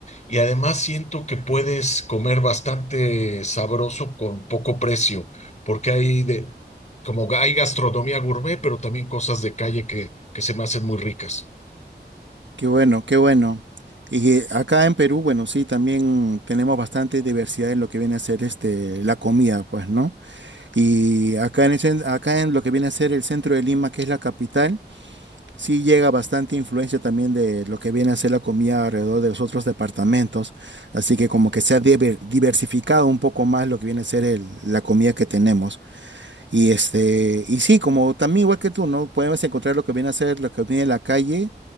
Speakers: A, on the left; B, on the right.
A: y además siento que puedes comer bastante sabroso con poco precio, porque hay de, como ga- hay gastronomía gourmet, pero también cosas de calle que, que se me hacen muy ricas.
B: Qué bueno, qué bueno. Y eh, acá en Perú, bueno, sí, también tenemos bastante diversidad en lo que viene a ser este, la comida, pues, ¿no? Y acá en el cen- acá en lo que viene a ser el centro de Lima, que es la capital. sí llega bastante influencia también de lo que viene a ser la comida alrededor de los otros departamentos, así que como que se ha diver- diversificado un poco más lo que viene a ser el- la comida que tenemos. Y este, y sí, como también igual que tú, ¿no? Podemos encontrar lo que viene a ser la comida en la calle